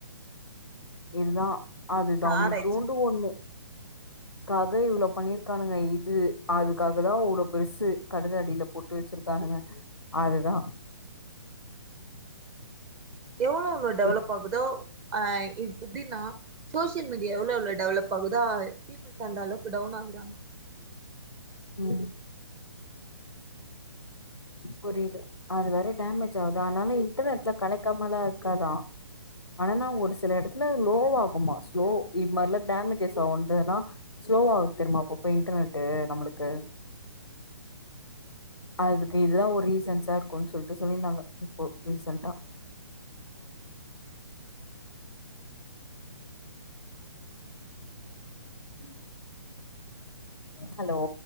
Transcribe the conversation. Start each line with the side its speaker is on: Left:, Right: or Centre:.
Left: இதுதா அது தம்தூண்டு
Right: நா ஆராய்ச்சி பண்ணே
Left: ஒண்ணு க்காக இவ்ளோ பண்ணிருக்கானுங்க இது அதுக்காக தா வ்ளோ பெருசு கடல் அடியில போட்டு வெச்சிருக்கானுங்க அதுதா
Right: எவ்ளோவுங்க டெவலப்
Left: இப்
Right: ஆக் இதோ அ இப் எப்டின்னா சோசியல் மீடியா எவ்ளோ எவ்ளோ டெவலப் ஆகுதோ இ <inaudible> ஸ் அந்த அளவுக்கு டவுன் ஆகுதா
Left: ம் புரியுது அதுவேற டேமேஜ் ஆவுது அதனால இன்டர்நெட்ல கணகாமலா இருக்காதா ஆனனா ஒரு செல எடத்துல லோவாகுமா ஸ்லோ இத் மாரிலா டேமேஜஸ் வந்ததுனா ஸ்லோவாவு தெரிமா அப்பப்ப இன்டர்நெட்டு நம்ளுக்கு அதுக்கு இதுதா ஒரு ரீசன்ஸா இருக்குன்னு சொல்லிட்டு சொல்லிந்தாங்க இப்போ ரீசன்டா ஹ் ஹலோ